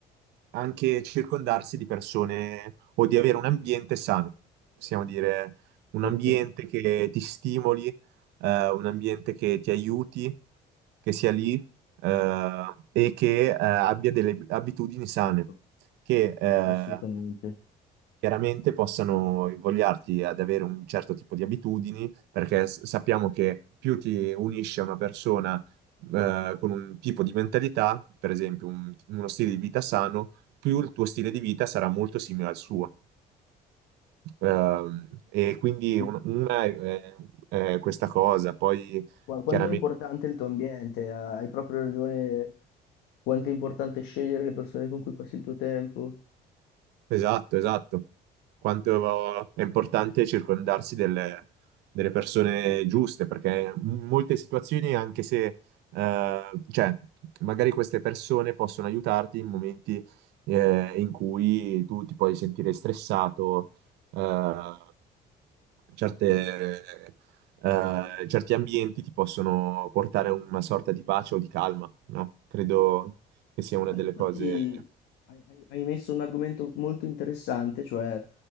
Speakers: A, on the right (about 85°); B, on the left (about 90°).
A: anche circondarsi di persone o di avere un ambiente sano, possiamo dire un
B: Ok,
A: ambiente che ti stimoli, eh, un ambiente che ti aiuti che sia lì eh, e che eh, abbia delle abitudini sane,
B: ok,
A: che eh,
B: assolutamente.
A: chiaramente possano invogliarti ad avere un certo tipo di abitudini, perché s- sappiamo che più ti unisci a una persona eh, con un tipo di mentalità, per esempio un- uno stile di vita sano, più il tuo stile di vita sarà molto simile al suo. Ehm, e quindi
B: Quindi
A: un- una è, è- è questa cosa, poi
B: Qua- Quanto
A: chiaramente
B: è importante il tuo ambiente? ah, Hai proprio ragione. Quanto è importante scegliere le persone con cui passi il tuo tempo.
A: Esatto, esatto. Quanto è importante circondarsi delle, delle persone giuste, perché in molte situazioni, anche se, eh, cioè, magari queste persone possono aiutarti in momenti, eh, in cui tu ti puoi sentire stressato, eh, certe, eh, certi ambienti ti possono portare a una sorta di pace o di calma, no? Credo che sia
B: Ma infa-
A: una delle
B: infatti,
A: cose
B: hai, hai- hai messo un argomento molto interessante, cioè